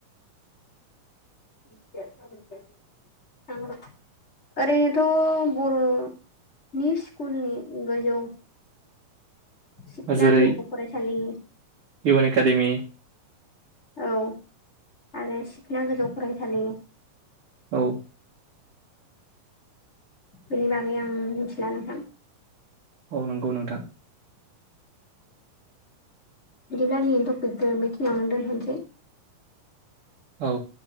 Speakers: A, on the left; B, on the right.
A: <unintelligible> ओरैनोथ' बर'नि स्कुलनि गोजौ
B: हो
A: सिखना
B: जेरै
A: गोजौ फरायसालि
B: इउएन एकाडेमि
A: औ आरो सिखोन गोजौ फरायसालि
B: औ
A: बेनि बागै आं मिनथिला नोंथां
B: औ नंगौ नोंथां
A: बिब्ला दफ मथिनिांन दोन होनसै
B: औ